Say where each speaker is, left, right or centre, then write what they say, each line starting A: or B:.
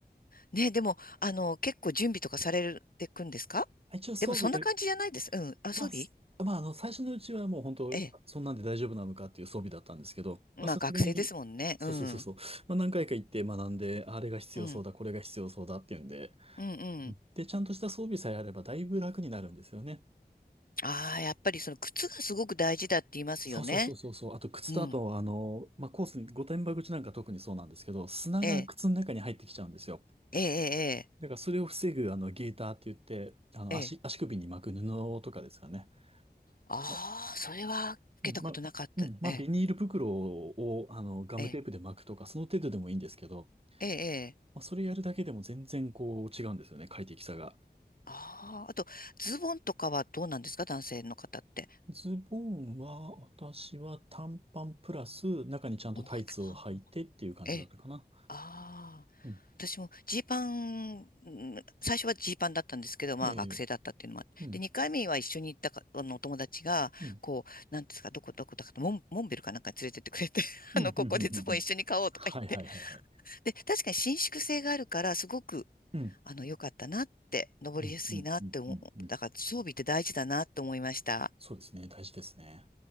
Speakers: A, on the left; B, on the right.
A: ね、でも、あの、結構準備とかされてくんですか
B: 一応装備で、
A: でもそんな感じじゃないです。うん。遊び
B: まあ、すまあ、あの、最初のうちはもう本当、
A: ええ。
B: そんなんで大丈夫なのかっていう装備だったんですけど、
A: まあ学生ですもんね。
B: まあ、さすがに、そうそうそうそう、
A: うん。
B: まあ、何回か行って学んで、あれが必要そうだ、
A: うん。
B: これが必要そうだっていうんで、
A: うんうん。
B: で、ちゃんとした装備さえあればだいぶ楽になるんですよね。
A: ああ、やっぱりその靴がすごく大事だって言いますよね。
B: そうそうそうそうそう。あと靴とあと、
A: うん。
B: あの、まあ、コースに、御殿場口なんか特にそうなんですけど、砂が靴の中に入ってきちゃうんですよ。
A: ええ、ええ、
B: だからそれを防ぐ、あの、ゲーターって言って、あの、
A: ええ、
B: 足、
A: ええ。
B: 足首に巻く布とかですよね。
A: ああー、
B: ま、
A: それは受けたことなかった。
B: うん、まあ、うん、まあ、
A: ええ、
B: ビニール袋を、あの、ガムテープで巻くとか、
A: ええ、
B: その程度でもいいんですけど、
A: ええ、ええ。
B: まあ、それやるだけでも全然こう違うんですよね、快適さが。
A: ああ、あと、ズボンとかはどうなんですか男性の方って。
B: ズボンは、私は短パンプラス、中にちゃんとタイツを履いてっていう感じだったかな。
A: おたええああ、
B: うん。
A: 私もジーパン、ん最初はジーパンだったんですけど、まあ学生だったっていうのもあって、
B: ええうん。
A: で、2回目は一緒に行ったか、あの、お友達が、
B: うん
A: こう、なんですか、どこどこだかと、モン、モンベルかなんかに連れてってくれて、<laughs>
B: うん、
A: あの、ここでズボン一緒に買おうとか言って。
B: うん、うん、うん。うんはい、はい、はい、はい。
A: で、確かに伸縮性があるから、すごく、
B: うん、
A: あの、良かったなって、登りやすいなって思う、
B: うん、うん、うん、うん。うん
A: だから装備って大事だなって思いました。
B: そうですね。大事ですね。